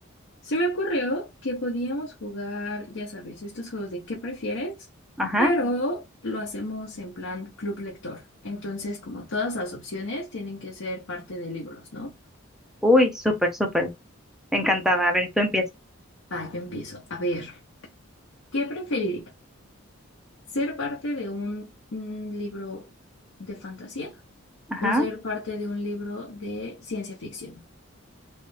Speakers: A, on the left; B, in the centre.
A: Se me ocurrió que podíamos jugar, ya sabes, estos juegos de ¿qué prefieres?
B: Ajá.
A: Pero lo hacemos en plan club lector. Entonces, como todas las opciones tienen que ser parte de libros, ¿no?
B: Uy, súper, súper. Encantada. A ver, tú empieza.
A: Va, yo empiezo. A ver, ¿qué preferiría? ¿Ser parte de un un libro de fantasía
B: Ajá.
A: o ser parte de un libro de ciencia ficción?